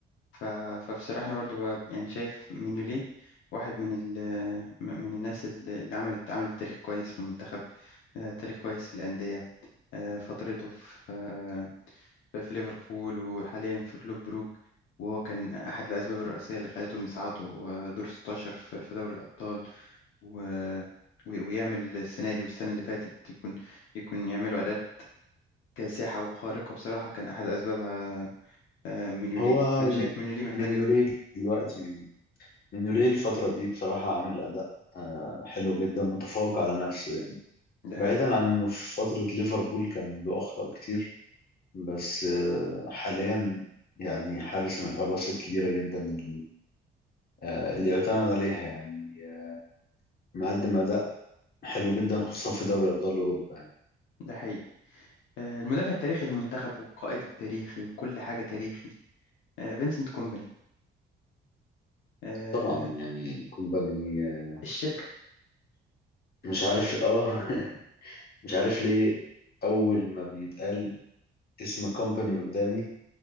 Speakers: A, on the left; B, on the left.
A: ف... فبصراحة انا برضو ب- يعني شايف مينيولي واحد من ال... م- من الناس اللي اللي عملت عملت تاريخ كويس في المنتخب آه تاريخ كويس في الأندية آه فترته في آه، في ليفربول وحاليا في كلوب بروك وهو كان أحد الأسباب الرئيسية اللي خلتهم يصعدوا آه، دور 16 في في دوري الأبطال و... و- ويعمل السنة دي والسنة اللي فاتت يكون يكون يعملوا أداءات كاسحة وخارقة بصراحة كان أحد أسبابها آه، مينيولي
B: هو
A: فأنا شايف مينيولي محتاج
B: مينيولي
A: يدخل
B: دلوقتي مينيولي الفتره دي بصراحه عامل اداء آه، حلو جدا متفوق على نفسه يعني
A: ده
B: بعيدا
A: حقيقي
B: عن انه في فتره ليفربول كان له اخطاء كتير بس آه، حاليا يعني حارس من الحراس الكبيره جدا اللي آه، اللي يعتمد عليها يعني آه، مقدم اداء حلو جدا خصوصا في دوري ابطال اوروبا يعني.
A: ده حقيقي آه، المدافع التاريخي للمنتخب والقائد التاريخي وكل حاجة تاريخي آه، فينسنت كومباني آه،
B: طبعا يعني كومباني آه،
A: الشركة
B: مش عارف اه <laughs> مش عارف ليه اول ما بيتقال اسم كومباني قدامي